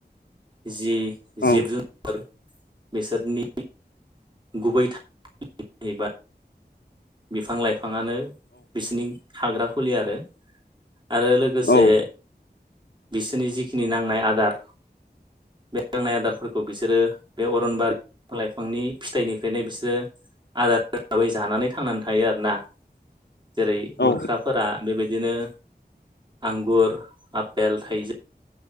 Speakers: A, on the right (about 25°); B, on the left (about 80°).
A: जि जिब
B: औ
A: जुनार बिसोरनि गुबै <unintelligible> बिफां लाइफाङानो बिसिनि थाग्रा खुलि आरो आरो लोगोसे
B: औ
A: बिसोरनि जिखिनि नांनाय आदार बे नांनाय आदारफोरखौ बिसोरो बे अरनबारि बिफां लाइफांनि फिथाइनिफ्रायनो बिसोरो आदारै हिसाबै जानानै थांनानै थायो आरोना जेरै
B: औ
A: मोख्राफोरा बेबायदिनो आंगुर आफेल थाइजौ